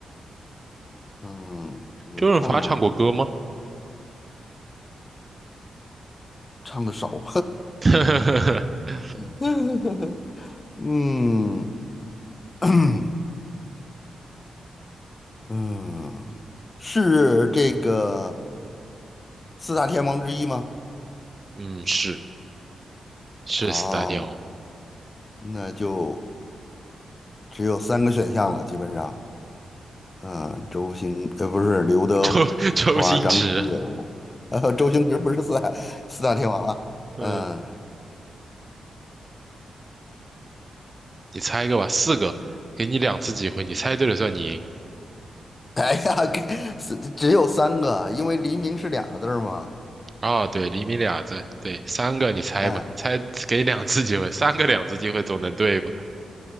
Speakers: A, on the left; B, on the right.
A: 嗯，也唱过，
B: 周润发唱过歌吗？
A: 唱的少。
B: <laughs>
A: <laughs> 嗯 <clears throat> 嗯，是这个四大天王之一吗？
B: 嗯，是，是四大天王，
A: 哦，那就只有三个选项了，基本上，嗯，周星呃不是刘德
B: 周 <laughs> 周星驰，
A: 华、张学友，呃，周星驰不是四大四大天王啊，
B: <laughs>
A: 嗯，
B: 嗯，你猜一个吧，四个，给你两次机会，你猜对了算你赢。
A: <laughs> 哎呀，给是只有三个，因为黎明是俩字儿嘛，
B: 啊、对，厘米俩字，对，三个你猜吧，
A: 嗯，
B: 猜给你两次机会，三个两次机会总能对吧？